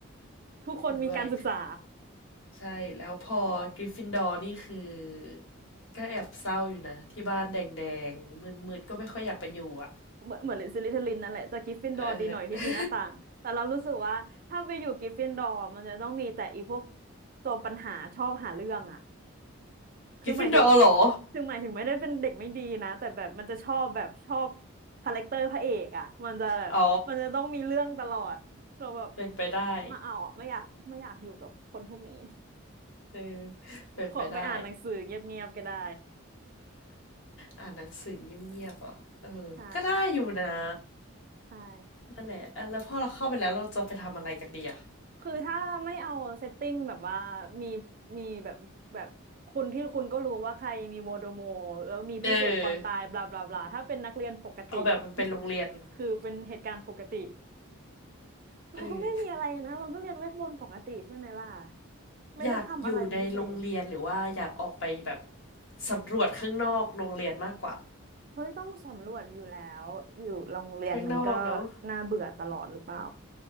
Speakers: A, on the right; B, on the left.
A: ทุกคนมีการศึกษา
B: เห็นด้วยใช่แล้วพอกริฟฟินดอร์นี่คือก็แอบเศร้าอยู่นะที่บ้านแดงๆมืดๆก็ไม่ค่อยอยากไปอยู่อ่ะ
A: เหมือนเหมือนซิลิทลินนั่นแหละแต่กริฟฟินดอร์ดีหน่อยที่มีหน้าต่างแต่เรารู้สึกว่าถ้าไปอยู่กริฟฟินดอร์มันจะต้องมีแต่อีพวก
B: เออ
A: ตัวปัญหาชอบหาเรื่องอ่ะคือหมายถึง
B: กริฟฟินดอร์เหรอ
A: ถึงหมายถึงไม่ได้เป็นเด็กไม่ดีนะแต่แบบมันจะชอบแบบชอบคาแรคเตอร์พระเอกอ่ะมันจะแบบมันจะต้องมีเรื่องตลอดเราแบบ
B: อ๋อเป็นไปได้
A: ไมาเอาอะไม่อยากไม่อยากอยู่กับคนพวกนี้
B: เออเป็นไปได้
A: ขอไปอ่านหนังสือเงียบๆก็ได้
B: อ่านหนังสือเงียบๆเหรอเออก็ได้อยู่นะ
A: ใช่ใช่
B: นั่นแหละอ่ะแล้วพอเราเข้าไปแล้วเราจะไปทำอะไรกันดีอะ
A: คือถ้าไม่เอาเซตติ้งแบบว่ามีมีแบบแบบคุณที่คุณก็รู้ว่าใครมีโมโดโมแล้วมีผู้เสพความตายบลาบลาบลาถ้าเป็นนักเรียนปกติ
B: เออเอาแบบมันเป็นโรงเรียน
A: <laughs> คือเป็นเหตุการณ์ปกติ <laughs> เราก็ไม่มีอะไรนะเราก็เรียนเวทมนต์ปกติใช่ไหมล่ะ
B: เออ
A: ไม่ได้ทำอะไรเป็นพิเศษ
B: อยากอยู่ในโรงเรียนหรือว่าอยากออกไปแบบสำรวจข้างนอกโรงเรียนมากกว่า
A: เฮ้ยต้องสำรวจอยู่แล้วอยู่โรงเรียนมันก็
B: ข้างนอกเนาะ
A: น่าเบื่อตลอดหรือเปล่า